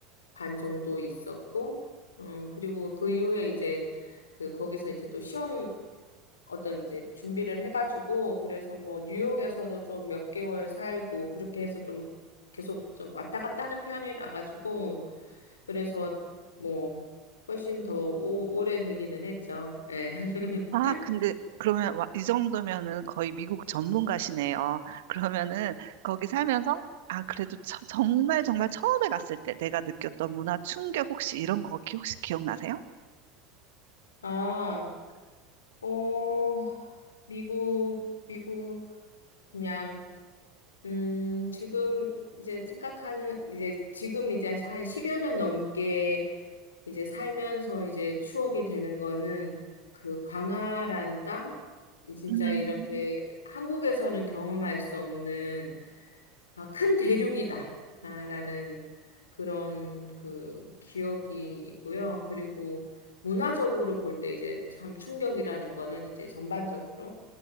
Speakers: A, on the left (about 80°); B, on the right (about 65°).
A: 반 정도 있었고, 음, 그리고 그 이후에 이제 그 거기서 이제 또 시험 어떤 이제 준비를 해가지고, 그래서 뭐 뉴욕에서도 좀 몇 개월 살고, 그렇게 해서 좀 계속 좀 왔다 갔다 하는 편이라 가지고, 그래서 뭐 훨씬 더 오, 오래 되기는 했죠. 네. <laughs>
B: 아, 근데 그러면 와- 이 정도면은 거의 미국 전문가시네요. <laughs> 그러면은 거기 살면서 아, 그래도 처- 정말 정말 처음에 갔을 때 내가 느꼈던 문화 충격 혹시 이런 거 기- 혹시 기억나세요?
A: 아, 어, 미국, 미국, 그냥 음, 지금 이제 생각하는, 이제 지금 이제 한 10여 년 넘게 이제 살면서 이제 추억이 되는 거는 그 광활한 땅? 진짜
B: 음.
A: 이렇게 한국에서는 경험할 수 없는 아, 큰 대륙이다. 아, 라는 그런 그 기억이 있고요. 그리고 문화적으로 볼 때 이제 참 충격이라는 거는 이제 전반적으로.